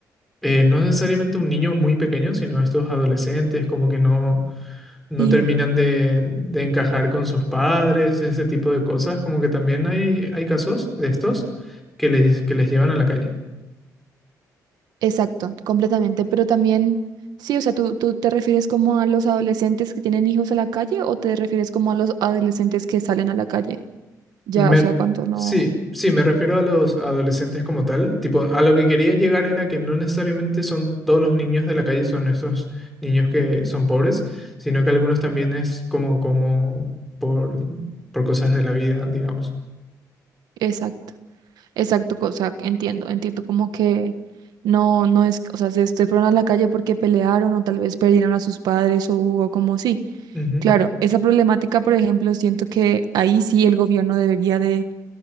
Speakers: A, in the centre; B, on the right (about 85°).
A: eh, no necesariamente un niño muy pequeño, sino estos adolescentes como que no no
B: Sí.
A: terminan de, de encajar con sus padres, ese tipo de cosas, como que también hay, hay casos de estos que les, que les llevan a la calle.
B: Exacto, completamente. Pero también, sí, o sea, ¿tú, tú te refieres como a los adolescentes que tienen hijos a la calle o te refieres como a los adolescentes que salen a la calle? Ya,
A: Me-
B: o sea, cuando no.
A: sí, sí, me refiero a los adolescentes como tal, tipo, a lo que quería llegar era que no necesariamente son todos los niños de la calle, son estos niños que son pobres, sino que algunos también es como, como por, por cosas de la vida, digamos.
B: Exacto, exacto, co- o sea, entiendo, entiendo como que no, no es, o sea, se, se fueron a la calle porque pelearon o tal vez perdieron a sus padres o hubo como, sí,
A: Ujú.
B: claro, esa problemática, por ejemplo, siento que ahí sí el gobierno debería de